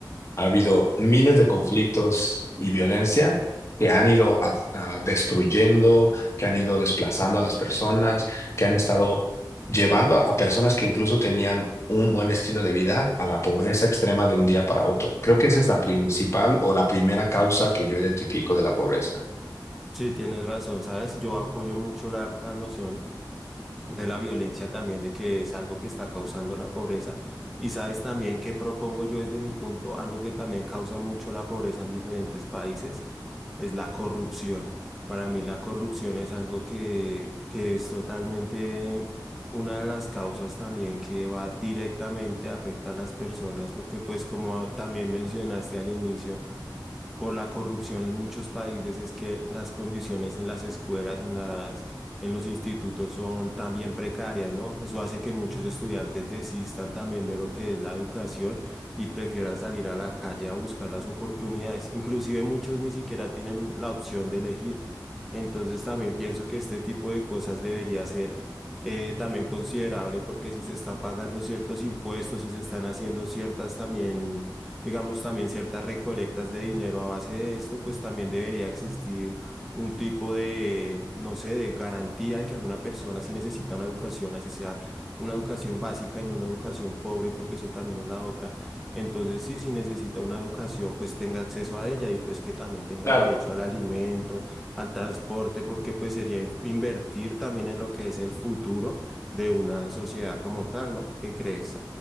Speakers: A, on the left; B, in the centre.
A: ha habido miles de conflictos y violencia que han ido a- a destruyendo, que han ido desplazando a las personas, que han estado llevando a personas que incluso tenían un buen estilo de vida a la pobreza extrema de un día para otro. Creo que esa es la principal o la primera causa que yo identifico de la pobreza.
B: Sí, tienes razón, ¿sabes? Yo apoyo mucho la, la noción de la violencia también, de que es algo que está causando la pobreza. Y sabes también que propongo yo desde mi punto, algo que también causa mucho la pobreza en diferentes países, es la corrupción. Para mí la corrupción es algo que, que es totalmente una de las causas también que va directamente a afectar a las personas, porque pues como también mencionaste al inicio, por la corrupción en muchos países es que las condiciones en las escuelas, en las, en los institutos son también precarias, ¿no? Eso hace que muchos estudiantes desistan también de lo que es la educación y prefieran salir a la calle a buscar las oportunidades. Inclusive muchos ni siquiera tienen la opción de elegir. Entonces también pienso que este tipo de cosas debería ser eh, también considerable porque si se están pagando ciertos impuestos, si se están haciendo ciertas también digamos, también ciertas recolectas de dinero a base de esto, pues también debería existir un tipo de, no sé, de garantía de que alguna persona si necesita una educación, así sea una educación básica y no una educación pobre, porque eso también es la otra. Entonces, sí, si necesita una educación, pues tenga acceso a ella y pues que también tenga
A: Claro.
B: derecho al alimento, al transporte, porque pues sería in- invertir también en lo que es el futuro de una sociedad como tal, ¿no? ¿Qué crees?